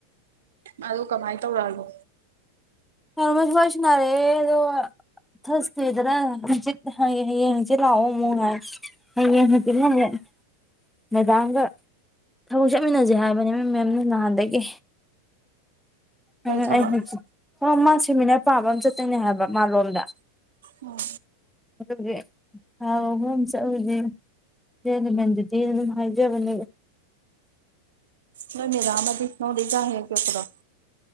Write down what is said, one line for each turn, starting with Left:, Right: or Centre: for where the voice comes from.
Right: ꯃꯥꯗꯨ ꯀꯃꯥꯏ ꯇꯧꯔꯛꯑꯒꯦ
Centre: <unintelligible> ꯋꯥꯔꯤ ꯁꯥꯟꯅꯔꯛꯑꯦ ꯑꯗꯣ ꯊ꯭ꯁꯗꯦꯗ꯭ꯔꯥ ꯍꯥꯡꯆꯤꯠ ꯍꯥꯏꯌꯦ ꯍꯌꯦꯡ ꯍꯥꯡꯆꯤꯠ ꯂꯥꯛꯑꯣ ꯑꯃꯨꯛ ꯍꯥꯏ ꯍꯌꯦꯡ ꯍꯥꯡꯆꯤꯠꯅꯅꯦ ꯃꯦꯗꯥꯝꯒ ꯊꯕꯛ ꯆꯠꯃꯤꯟꯅꯖꯦ ꯍꯥꯏꯕꯅꯦꯕ ꯃꯦꯝꯅ ꯅꯍꯥꯟꯗꯒꯤ ꯑꯩꯅ
Right: ꯀꯩ ꯊꯕꯛ
Centre: ꯑꯩ ꯍꯥꯡꯆꯤꯠ ꯍꯣ ꯃꯥ ꯁꯦꯃꯤꯅꯔ ꯄꯥꯕ ꯑꯃ ꯆꯠꯇꯣꯏꯅꯦ ꯍꯥꯏꯕ ꯃꯥꯂꯣꯝꯗ
Right: ꯎꯝ
Centre: ꯑꯗꯨꯕꯨꯗꯤ ꯊꯥ ꯑꯍꯨꯝ ꯆꯠꯂꯨꯗꯤ <unintelligible> ꯑꯗꯨꯝ ꯍꯥꯏꯖꯕꯅꯦꯕ
Right: ꯅꯣꯏ ꯃꯦꯗꯥꯝꯑꯗꯤ ꯅꯉꯣꯟꯗ ꯏꯆꯥ ꯍꯦꯛ ꯍꯦꯛ ꯄꯤꯔꯛꯄꯗꯣ